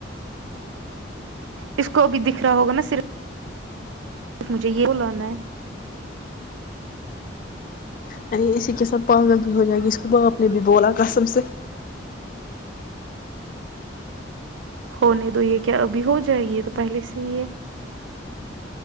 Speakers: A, on the right; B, on the left.
A: اس کو ابھی دکھ رہا ہوگا نا صرف مجھے یہ ب لانا ہے
B: ینی اسی کے ساتھ پاگل بھی ہو جائے گی اس کو باپ نے بھی بولا قسم سے
A: ہونے دو یہ کیا ابھی ہو جائے گی یہ تو پہلے سے ہی ہے